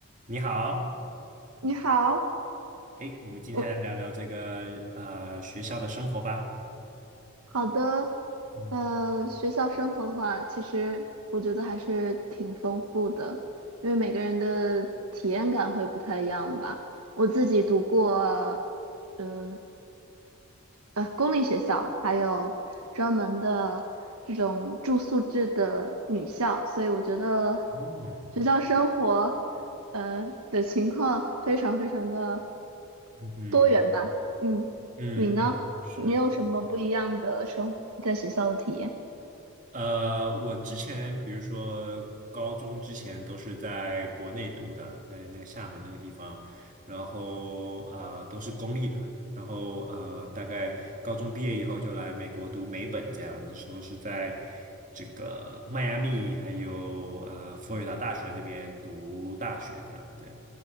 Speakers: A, on the right (about 35°); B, on the right (about 80°).
A: 你好，
B: 你好，
A: 哎，我们今天来聊聊这个呃学校的生活吧。
B: 我好的，
A: 嗯，
B: 呃，学校生活的话，其实我觉得还是挺丰富的，因为每个人的体验感会不太一样吧。我自己读过，嗯呃，公立学校，还有专门的这种住宿制的女校，所以我觉得
A: 哦，
B: 学校生活，呃的情况非常非常的。
A: 嗯嗯
B: 多元吧。嗯，
A: 嗯嗯，
B: 你呢？
A: 是，
B: 你有什么不一样的生活在学校的体验？
A: 呃，我之前比如说高中之前都是在国内读的，在那个厦门那个地方，然后呃都是公立的，然后呃大概高中毕业以后就来美国读美本这样，那时候是在这个迈阿密还有呃佛罗里达大学那边读大学这样，对，